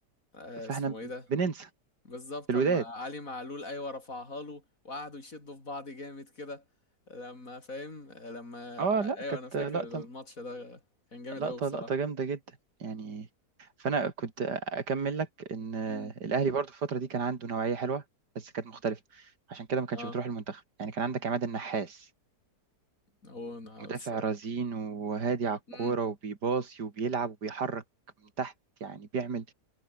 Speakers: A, on the left; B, on the right.
A: آه،
B: فاحنا
A: اسمه ايه ده
B: بننسى
A: بالظبط
B: الوداد
A: اما علي معلول ايوه رفعها له وقعدوا يشدوا في بعض جامد كده لما فاهم لما
B: اه لا
A: ايوه
B: كانت
A: انا فاكر
B: لقطة
A: الماتش ده كان جامد
B: لقطة
A: قوي بصراحه
B: لقطة جامدة جدا يعني فانا كنت اكمل لك ان
A: امم
B: الاهلي برضو في الفترة دي كان عنده نوعية حلوة بس كانت مختلفة عشان كده ما كانش
A: اه
B: بتروح المنتخب يعني كان عندك عماد النحاس
A: هو أنا
B: مدافع
A: بس
B: رزين وهادي على الكورة
A: امم
B: وبيباصي وبيلعب وبيحرك من تحت يعني بيعمل